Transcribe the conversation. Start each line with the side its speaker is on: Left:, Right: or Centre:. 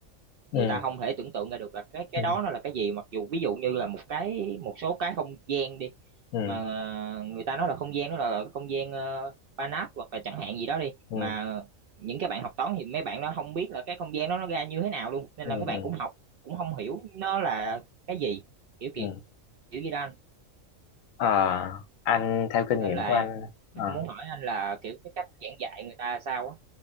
Left: Ừ.
Right: người ta không thể tưởng tượng ra được là cái cái
Left: Ừ.
Right: đó nó là cái gì mặc dù ví dụ như là một cái một số cái không gian đi
Left: Ừ.
Right: mà người ta nói là không gian đó là không gian uh, Banach hoặc là chẳng hạn gì đó đi
Left: Ừ.
Right: mà những cái bạn học toán thì mấy bạn đó không biết là cái không gian đó nó ra như thế nào luôn nên
Left: ừ
Right: là mấy bạn
Left: ừ
Right: cũng học cũng không hiểu nó là cái gì kiểu kiểu
Left: ừ
Right: kiểu gì đó anh
Left: Ờ, anh theo kinh
Right: nên
Left: nghiệm
Right: là
Left: của
Right: em
Left: anh ờ,
Right: muốn hỏi anh là kiểu cái cách giảng dạy người ta sao á